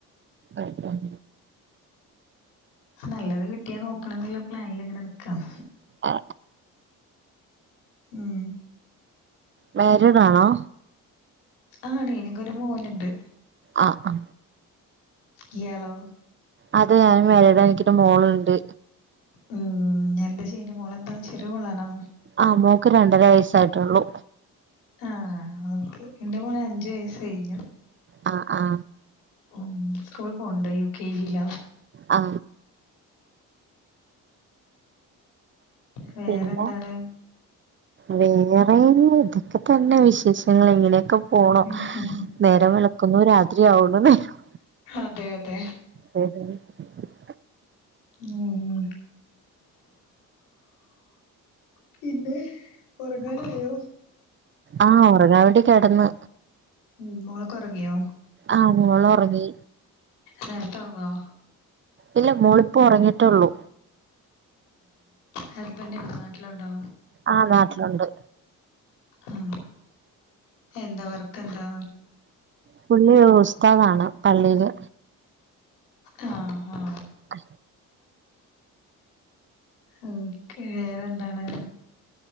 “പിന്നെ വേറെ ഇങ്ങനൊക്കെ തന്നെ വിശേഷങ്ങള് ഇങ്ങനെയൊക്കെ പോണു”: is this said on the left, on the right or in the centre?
Right